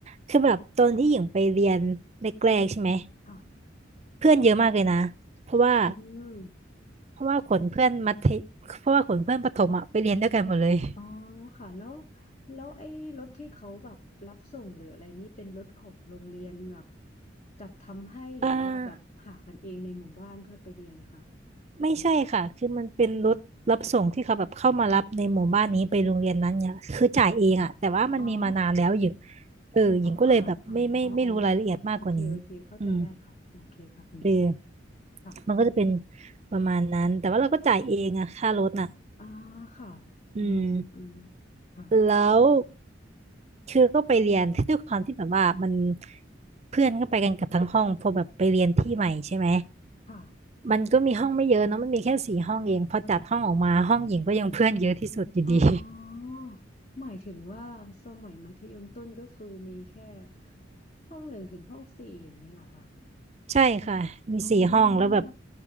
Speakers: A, on the right; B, on the left.
A: คือแบบตอนที่หญิงไปเรียนแรกๆใช่ไหม
B: ค่ะ
A: เพื่อนเยอะมากเลยนะเพราะว่า
B: อืม
A: เพราะว่าขนเพื่อนมัธยเพราะว่าขนเพื่อนประถมอะไปเรียนด้วยกันหมดเลย
B: อ๋อค่ะแล้วแล้วไอ้รถที่เขาแบบรับส่งหรืออะไรนี่เป็นรถของโรงเรียนแบบจัดทำให้หรือว่าแบบหากันเองในหมู่บ้านเพื่อไปเรียนค่ะ
A: เอ่อไม่ใช่ค่ะคือมันเป็นรถรับส่งที่เขาแบบเข้ามารับในหมู่บ้านนี้ไปโรงเรียนนั้นเนี่ยคือจ่ายเองอะแต่ว่ามันมีมานานแล้วหญิง
B: อ๋อ
A: เออหญิงก็เลยแบบไม่ไม่ไม่รู้รายละเอียดมากกว่านี้
B: อ๋อค่ะอ๋ออ๋ออ๋อโอเคโอเคเข้าใจได้ค่ะโอเคค่ะคุณหญิง
A: อืมเออ
B: ค่ะ
A: มันก็จะเป็นประมาณนั้นแต่ว่าเราก็จ่ายเองอะค่ารถน่ะ
B: อ่าค่ะ
A: อืม
B: อืมอืมอืมค่ะ
A: แล้วคือก็ไปเรียน <laughs> ด้วยความที่แบบว่ามันเพื่อนก็ไปกันกับทั้งห้องพอแบบไปเรียนที่ใหม่ใช่ไหม
B: ค่ะ
A: มันก็มีห้องไม่เยอะเนาะมันมีแค่สี่ห้องเองพอจัดห้องออกมาห้องหญิงก็ยังเพื่อนเยอะที่สุดอยู่ดี
B: อ๋อหมายถึงว่าสมัยมัธยมต้นก็คือมีแค่ห้องหนึ่งถึงห้องสี่อย่างเงี้ยเหรอคะ
A: <laughs> ใช่ค่ะมีสี่ห้องแล้วแบบ
B: อ๋อ